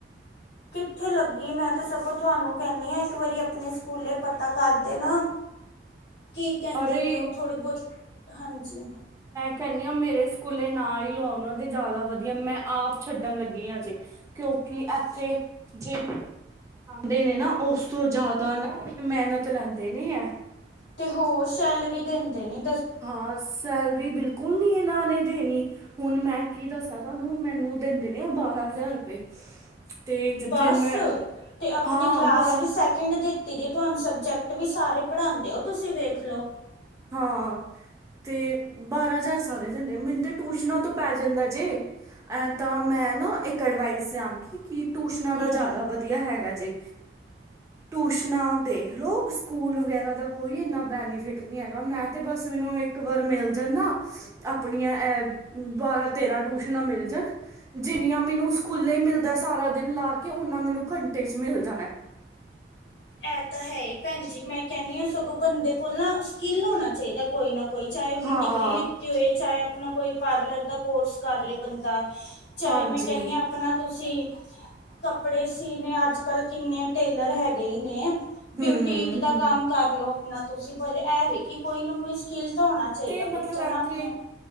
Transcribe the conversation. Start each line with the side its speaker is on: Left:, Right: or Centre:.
Left: ਕਿੱਥੇ ਲੱਗੀ ਮੈਂ ਤਾਂ ਸਗੋਂ ਤੁਹਾਨੂੰ ਕਹਿੰਦੀ ਹਾਂ ਇੱਕ ਵਾਰੀ ਆਪਣੇ ਸਕੂਲੇ ਪਤਾ ਕਰਦੇ ਨਾ ਕੀ ਕਹਿੰਦੇ
Right: ਅਰੇ
Left: ਨੇ ਉਹ ਥੋੜ੍ਹੀ ਬਹੁਤ ਹਾਂਜੀ
Right: ਕਹਿੰ ਆ ਮੇਰੇ ਸਕੂਲੇ ਨਾਲ ਹੀ ਲਵਾਉਣਾ ਤੇ ਜ਼ਿਆਦਾ ਵਧੀਆ ਮੈਂ ਆਪ ਛੱਡਣ ਲੱਗੀ ਹਾਂ ਜੇ ਕਿਉਂਕਿ ਇੱਥੇ ਜੇ ਦੇ ਨੇ ਨਾ ਉਸ ਤੋਂ ਜ਼ਿਆਦਾ ਨਾ ਮਿਹਨਤ ਲੈਂਦੇ ਨੇ ਹੈ
Left: ਤੇ ਹੋਰ ਸੈਲਰੀ ਦਿੰਦੇ ਨੇ
Right: ਹਾਂ ਸੈਲ ਬਿਲਕੁਲ ਨੀ ਇਹਨਾਂ ਨੇ ਦੇਣੀ ਹੁਣ ਮੈਂ ਕੀ ਦੱਸਾਂ ਤੁਹਾਨੂੰ ਮੈਨੂੰ ਦਿੰਦੇ ਨੇ ਆ ਬਾਰਾਂ ਹਜ਼ਾਰ ਰੁਪਏ ਤੇ
Left: ਬਸ
Right: ਫੇਰ ਮੈਂ
Left: ਤੇ ਆਪਣੀ
Right: ਹਾਂ
Left: ਕਲਾਸ
Right: ਪਰ
Left: ਵੀ ਸੈਕਿੰਡ ਦੇ ਦੀਦੀ ਤੁਹਾਨੂੰ ਸਬਜੈਕਟ ਵੀ ਸਾਰੇ ਪੜ੍ਹਾਉਂਦੇ ਹੋ ਤੁਸੀਂ ਵੇਖ ਲੋ
Right: ਹਾਂ ਤੇ ਬਾਰਾਂ ਹਜ਼ਾਰ ਸਾਲ ਜਾਂਦੇ ਮੈਨੂੰ ਤਾਂ ਟਊਸ਼ਨਾਂ ਤੋਂ ਪੈ ਜਾਂਦਾ ਜੇ ਐ ਤਾਂ ਮੈਂ ਨਾ ਇੱਕ ਅਡਵਾਈਸ ਦਿਆਂਗੀ ਕਿ ਟੂਸ਼ਨਾਂ
Left: ਹਮ
Right: ਦਾ ਜ਼ਿਆਦਾ ਵਧੀਆ ਹੈਗਾ ਜੇ ਟੂਸ਼ਨਾਂ ਦੇਖਲੋ ਸਕੂਲ ਵਗੈਰਾ ਦਾ ਕੋਈ ਇੰਨਾ ਬੈਨੀਫਿਟ ਨੀ ਹੈਗਾ ਮੈਂ ਤੇ ਬਸ ਮੈਨੂੰ ਇੱਕ ਵਾਰ ਮਿਲ ਜਾਣ ਨਾ ਆਪਣੀਆਂ ਬਾਰਾਂ ਤੇਰਾਂ ਟੂਸ਼ਨਾਂ ਮਿਲ ਜਾਣ, ਜਿੰਨੀਆਂ ਮੈਨੂੰ ਸਕੂਲੇ ਹੀ ਮਿਲਦਾ ਸਾਰਾ ਦਿਨ ਲਾ ਕੇ ਓਨਾ ਮੈਨੂੰ ਘੰਟੇ ਚ ਮਿਲ ਜਾਣਾ।
Left: ਇਹ ਤਾਂ ਹੈ ਹੀ ਭੈਣ ਜ ਮੈਂ ਕਹਿੰਦੀ ਹਾਂ ਸਗੋਂ ਬੰਦੇ ਕੋਲ ਨਾ ਸਕਿੱਲ ਹੋਣਾ ਚਾਹੀਦਾ ਕੋਈ ਨਾ ਕੋਈ ਚਾਹੇ ਉਹਨੇ
Right: ਹਾਂ
Left: ਡਿਗਰੀ ਲਿੱਤੀ ਹੋਏ ਚਾਹੇ ਆਪ ਆਪਣਾ ਕੋਈ ਪਾਰਲਰ ਦਾ ਕੋਰਸ ਕਰ ਲਏ ਬੰਦਾ ਚਾਹੇ
Right: ਹਾਂਜੀ
Left: ਮੈਂ ਕਹਿੰਨੀ ਹਾਂ ਆਪਣਾ ਤੁਸੀਂ ਕੱਪੜੇ ਸੀਣੇ ਅੱਜ- ਕੱਲ੍ਹ ਕਿੰਨੇ ਟੇਲਰ ਹੈਗੇ ਹੀ ਨੇ। ਏ ਐਮ
Right: ਹੂੰ
Left: ਬਿਊਟੀਕ ਦਾ
Right: ਹੂੰ
Left: ਕੰਮ ਕਰਲੋ। ਨਾ ਤੁਸੀਂ ਬਰੇ ਐਵੇ ਕਿ ਕੋਈ ਨਾ ਕੋਈ ਸਕਿੱਲ ਤਾਂ ਹੋਣਾ ਚਾਹੀਦਾ
Right: ਤੇ ਮਤਲਬ
Left: ਬੱਚਾ ਨਾ
Right: ਇਥੇ
Left: ਆਪਣੇ